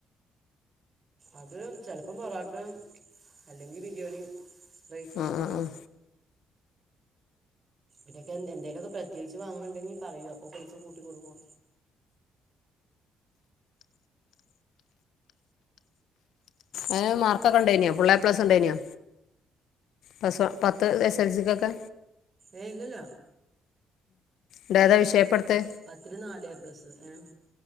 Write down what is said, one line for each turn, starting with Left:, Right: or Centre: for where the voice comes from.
Right: അത് ചെലപ്പം പൊറോട്ട അല്ലെങ്കി ബിരിയാണി റൈസ്
Left: ആഹ്
Right: മാത്രം.
Left: ആഹ് ആഹ്
Right: ഇതൊക്കെ എന്തേലൊക്കെ പ്രത്യേകിച്ച് വാങ്ങണുണ്ടെങ്കിൽ പറയും അപ്പോ പൈസ കൂട്ടി കൊടുക്കും.
Left: അവന് മാർകൊക്കെണ്ടേയ്നാ ഫുള്ളേപ്ലസ് ഉണ്ടേനോ? പസ് പത്ത് എസ് എസ് എൽ സിക്കൊക്കെ
Right: ഏയ് ഇല്ലല്ല.
Left: ണ്ടാതാ വിഷയപ്പെടുതെ
Right: പത്തില് നാല് എ പ്ലസ് ഏഹ്